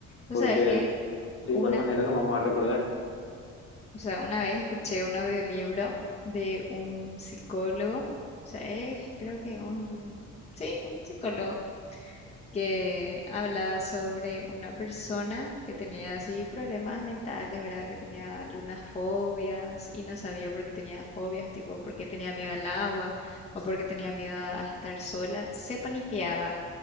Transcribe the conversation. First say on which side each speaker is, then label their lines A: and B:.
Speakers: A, on the left; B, on the left.
A: O
B: porque
A: sea, es que
B: de
A: una,
B: igual manera no vamos a recordar.
A: o sea, una vez escuché un audiolibro de un psicólogo, o sea, es, creo que un, sí, un psicólogo que hablaba sobre una persona que tenía así problemas mentales, ¿verdad? Que tenía algunas fobias y no sabía por qué tenía fobias, tipo porque tenía miedo al agua o porque tenía miedo a estar sola, se paniqueaba